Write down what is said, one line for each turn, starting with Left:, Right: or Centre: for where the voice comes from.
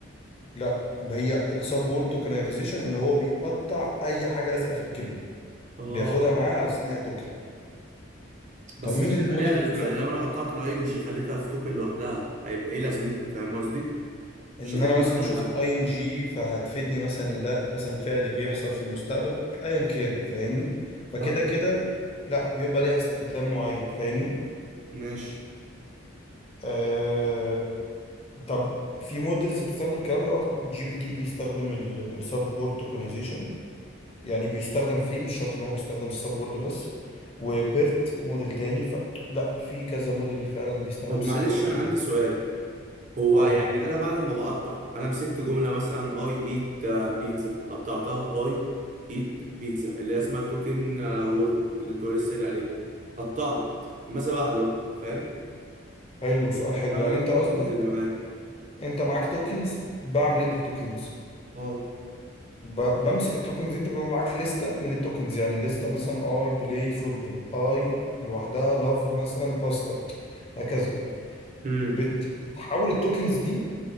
Left: لا ما هي السب وورد توكنايزيشن ان هو بيقطع اي حاجة لازقة في الكلمة
Right: اه
Left: بياخدها معاه على اساس ان هي توكن
Right: بس
Left: طب مين
Right: مش
Left: المودلز
Right: هيبقى ليها لازمه
Left: اللي بتستخدم
Right: يعني لو انا قطعت الاي ان جي خليتها في توكن لوحدها هيبقى ايه لازمتها فاهم قصدي
Left: ان
Right: مش هتدي
Left: انا مثلا
Right: معنى
Left: شفت
Right: حتى
Left: اي ان جي فهتفيدني مثلا ان ده مثلا فعل بيحصل في المستقبل ايا كان فاهمني فكده
Right: فاهم
Left: كده لا بيبقى ليها استخدام معين فاهمني
Right: ماشي
Left: آه طب في موديلز بتستخدم الكلام ده اه طبعا جي بي تي بيستخدم السب وورد توكنايزيشن يعني بيستخدم فيه مش شرط ان هو بيستخدم السب وورد بس وبيرت موديل تاني ف... لا في كذا موديل فعلا بيستخدم
Right: طب
Left: السب
Right: معلش
Left: وورد
Right: انا
Left: توكنايزيشن
Right: عندي سؤال هو
Left: اه
Right: يعني انا بعد ما بقطع انا مسكت جمله مثلا اي ايت بيتزا قطعتها اي ايت بيتزا اللي هي اسمها توكن وورد اللي انت لسه قايل عليه قطعت ماذا بعد بقى فاهم
Left: حلو سؤال حلو
Right: بعمل
Left: يعني
Right: ايه
Left: انت
Right: في التوكنز
Left: قصدك
Right: اللي معايا
Left: انت معاك توكنز بعمل ايه بالتوكنز
Right: اه
Left: ب... بمسك التوكنز دي، انت بيبقى معاك لستة من التوكنز يعني لستة مثلا اي بلاي فوتبول اي لوحدها لاف مثلا باستا هكذا
Right: امم
Left: بت- بتحول التوكنز دي